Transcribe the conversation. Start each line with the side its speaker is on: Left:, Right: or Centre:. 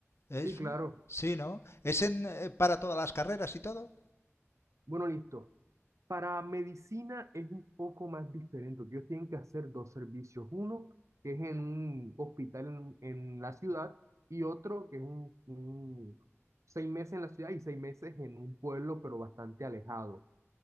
Left: Es,
Right: Sí, claro.
Left: sí, ¿no? ¿Es en, eh, para todas las carreras y todo?
Right: Bueno, listo. Para medicina es un poco más diferente. Ellos tienen que hacer dos servicios. Uno, que es en un hospital en, en la ciudad, y otro, que es un, un- seis meses en la ciudad y seis meses en un pueblo, pero bastante alejado.